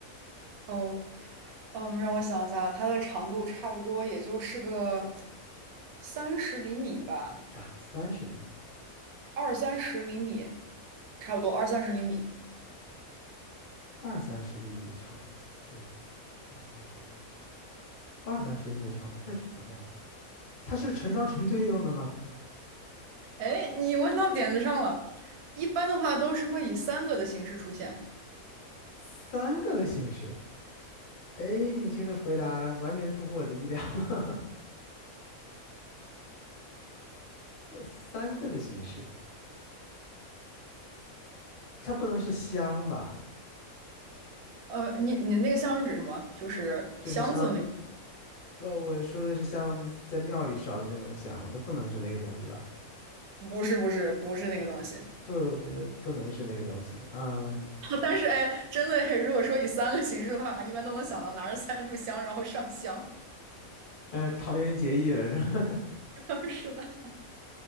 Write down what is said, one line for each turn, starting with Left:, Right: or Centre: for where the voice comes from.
Right: 哦，嗯，让我想一下，它的长度差不多也就是个三十厘米吧，
Left: 啊，三十厘米、
Right: 二三十厘米，差不多二三十厘米。
Left: 二三十厘米的长度。哎，二三十厘米、二三十厘米的长度，这是什么呀？它是成双成对用的吗？
Right: 哎，你问到点子上了。一般的话都是会以三个的形式出现。
Left: 三个的形式。哎，你这个回答完全出乎我的意料。<laughs> 三个的形式，它不能是香吧？
Right: 呃，你你那个箱是指什么？就是箱子那个？
Left: 就是像，呃，我说的是像在庙里烧的那种香，那不能是那个东西吧？
Right: 不是不是不是那个东西。
Left: 对，我觉得不能是那个东西。嗯，
Right: <laughs> 但是哎，真的，如果说以三个形式的话，一般都能想到拿着三炷香然后上香。
Left: 呃，桃园结义了是吧？
Right: <laughs> 是的。